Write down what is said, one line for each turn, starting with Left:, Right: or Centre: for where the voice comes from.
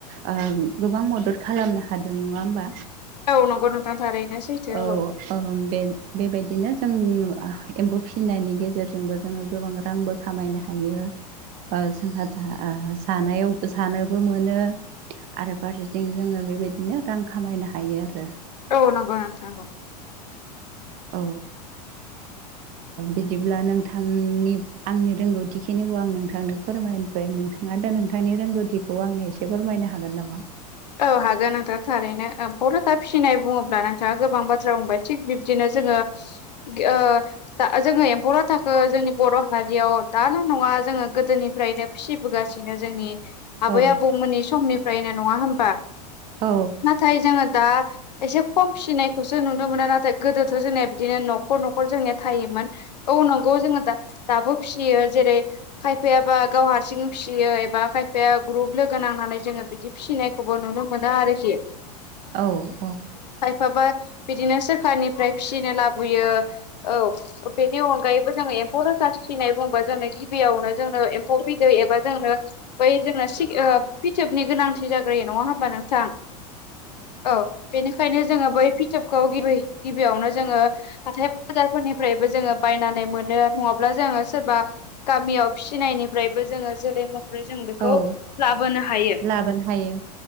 Right: ओ गोबां मदद खालामनो हादों नङा होमबा
Left: औ नंगौ नोंथां थारैनो सैथो
Right: औ ओ बे बेबायदिनो जों एम्फौ फिनायनि गेजेरजोंबो जोङो गोबां रांबो खामायनो हायो ओ जोंहा आ जानायाव जानोबो मोनो आरो फारसेथिं जोङो बेबायदिनो रां खामायनो हायो आरो
Left: औ नंगौ नोथां नंगौ
Right: औ बिदिब्ला नोंथांनि आंनि रोंगौथिखिनिखौ आं नोंथांनो फोरमायबाय नोंथाङा दा नोंथांनि रोंगौथिखौ आंनो एसे फोरमायनो हागोन नामा?
Left: औ हागोन नोंथां थारैनो बलाथा फिसिनाय बुङोब्ला नोंथाङा गोबां बाथ्रा बुंबाय थिग बिब्दिनो जोङो ओ दा जोङो एम्फौ थाखो जोंनि बर' हारियाव दाल' नङा जोङो गोदोनिफ्रायनो फिबोगासिनो जोंनि आबै
Right: औ
Left: आबौमोननि समनिफ्रायनो नङा होमबा
Right: औ
Left: नाथाय जोङो दा एसे खम फिनायखौसो नुनो मोना नाथाय गोदोथ' जोंनिया बिदिनो न'खर न'खर जोंनिया थायोमोन। औ नंगौ जोङो दा दाबो फियो जेरै खायफायाबा गाव हारसिं फियो एबा खायफाया ग्रुप लोगो नांना नानै जोङो बिदि फिनायखौबो नुनो मोनो आरोखि।
Right: औ औ
Left: माबा बिदिनो सोरखारनिफ्राय फिनो लाबोयो औ। बेनि अनगायैबो जोङो एम्फौ लाथा फिसिनाय बुंबा जोंनो गिबियावनो जोंनो एम एम्फौ बिदै एबा जोंनो बै जोंना सि फिथोबनि गोनांथि जाग्रो नङा होमबा नोंथां? औ बेनिखायनो जोङो बै फिथोब खौ गिबि गिबियावनो जोङो हाथाय बाजारफोरनिफ्रायबो जोङो बायनानै मोनो नङाब्ला जों सोरबा गामियाव फिनायनिफ्रायबो जोङो जोलैखौ जों बेखौ
Right: औ
Left: लाबोनो हायो
Right: लाबोनो हायो